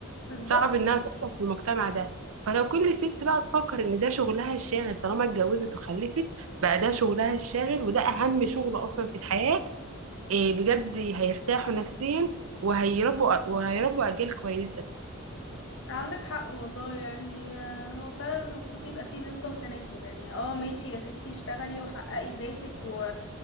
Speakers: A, on the left; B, on the right.
A: بالظبط
B: صعب انها تحصل في المجتمع ده فلو كل ست بقى تفكر ان ده شغلها الشاغل طالما اتجوزت وخلفت بقى ده شغلها الشاغل وده اهم شغل اصلا في الحياة إيه بجد هيرتاحوا نفسيا وهيربوا وهيربوا اجيال كويسة
A: عندك حق والله يعني آه، هو فعلا المفروض يبقى فيه نسبة وتناسب يعني اه ماشي يا ستي اشتغلي وحققي ذاتك و...